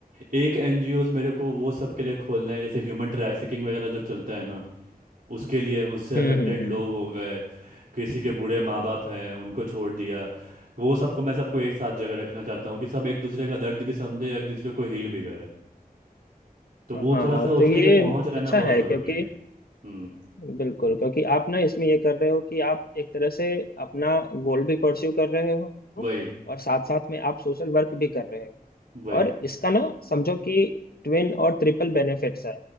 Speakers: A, on the right; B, on the left.
A: एक एनजीओज मेरे को वो सब के लिए खोलना है जैसे ह्यूमन ट्रैफिकिंग वगैरह जो चलता है ना उसके लिए उससे
B: हम्म
A: अफेक्टेड
B: हम्म हम्म
A: लोग हो गए किसी के बूढ़े माँ बाप हैं उनको छोड़ दिया वो सबको मैं सबको एक साथ जगह रखना चाहता हूँ कि सब एक दूसरे का दर्द भी समझे एक दूसरे को हील भी करे तो वो
B: हाँ
A: थोड़ा सा
B: तो
A: उसके
B: ये
A: लिए पहुँच रहना
B: अच्छा
A: बहुत
B: है
A: ज़रूरी
B: क्योंकि
A: है हम्म
B: बिल्कुल क्योंकि आप ना इसमें ये कर रहे हो कि आप एक तरह से अपना गोल भी परस्यू कर रहे हो
A: वही
B: और साथ साथ में आप सोशल वर्क भी कर रहे हो
A: वही
B: और इसका ना समझो कि ट्विन और ट्रिपल बेनिफिट्स है